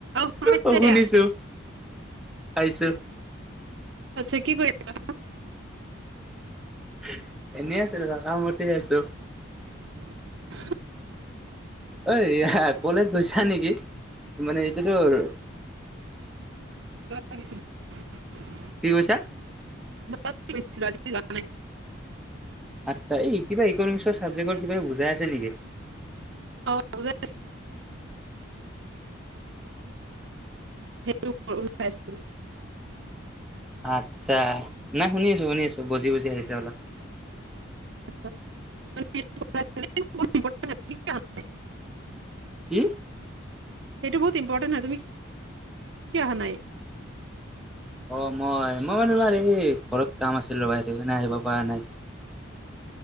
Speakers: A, on the right; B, in the centre.
A: শুনা পাইছা
B: অ'
A: এতিয়া
B: শুনিছো, পাইছোঁ।
A: আচ্ছা কি কৰিছা?
B: <unintelligible> এনেই আছোঁ ৰবা কামতে আছোঁ।
A: <unintelligible>
B: হই ৰিহাত কলেজ গৈছা নেকি? মানে এইটো তোৰ
A: <unintelligible>
B: কি কৈছা
A: <unintelligible> আজি যোৱা নাই
B: আচ্ছা এই কিবা ইকনমিক্সৰ চাবজেক্টৰ কিবা বুজাই আছে নিকি
A: <unintelligible> সে সেটো <unintelligible>
B: আচ্ছা নাই শুনি আছো শুনি আছো বুজি বুজি আহিছে অলপ
A: <unintelligible>
B: উম
A: সেইটো বহুত ইম্পৰ্টেণ্ট হয় তুমি কিয় অহা নাই
B: অ মই মই মানো তোমাৰ এই ঘৰত কাম আছিল ৰ'বা সেইটো কাৰনে আহিব পৰা নাই